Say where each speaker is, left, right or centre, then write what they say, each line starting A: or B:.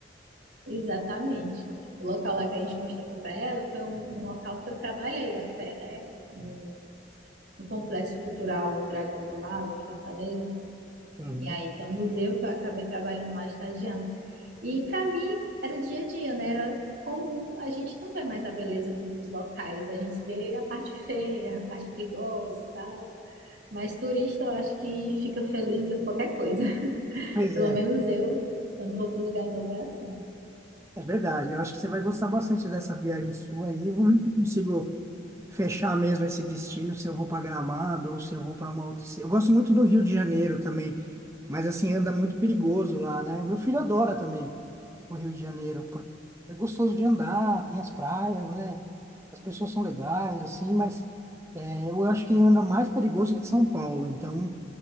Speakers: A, on the right; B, on the right.
A: exatamente. O local lá que a gente mostrou para ela foi um, um local que eu trabalhei até, né? No no Complexo Cultural Dragão do Mar, ali em Fortaleza.
B: Uhum.
A: E aí tem um museu que eu acabei trabalhando lá, estagiando. E para mim era dia a dia, né? Era comum. A gente não vê mais a beleza do- dos locais, a gente vê a parte feia, a parte perigosa e tal. Mas turista eu acho que fica feliz vendo qualquer coisa. <laughs>
B: Pois
A: Pelo
B: é,
A: menos eu, quando vou para um lugar novo, é assim.
B: é verdade. Eu acho que você vai gostar bastante dessa viagem sua aí. Vou ver se eu consigo. fechar mesmo esse destino, se eu vou para Gramado ou se eu vou para uma outra. ci- Eu gosto muito do Rio de Janeiro também, mas assim anda muito perigoso lá, né? Meu filho adora também ir pro Rio de Janeiro, porque é gostoso de andar, tem as praias, né? As pessoas são legais, assim, mas é, eu acho que anda mais perigoso que São Paulo, então